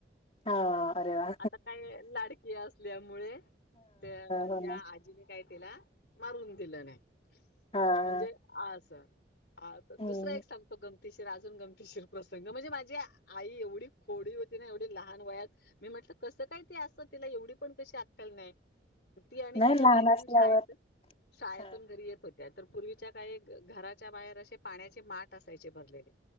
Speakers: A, on the left; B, on the left.
A: हा अरे वा!
B: आता काय लाडकी असल्यामुळे तर
A: हो
B: त्या
A: ना.
B: आजीने काय तीला मारून दिलं नाही
A: हां.
B: म्हणजे आस हा तर
A: हं.
B: दुसरा एक सांगतो गम गमतीशीर अजून गमतीशीर प्रसंग म्हणजे माझी आई एवढी खोडी होती ना एवढी लहान वयात मी म्हटलं कसं काय ते असं तिला एवढी पण कशी अक्कल नाही ती आणि
A: नाही
B: तिची
A: लहान
B: मैत्रिणी
A: असल्यावर
B: शाळेत शाळेतून
A: हां.
B: घरी येत होती त्या तर पूर्वीच्या काही घराच्या बाहेर असे पाण्याचे माठ असायचे भरलेले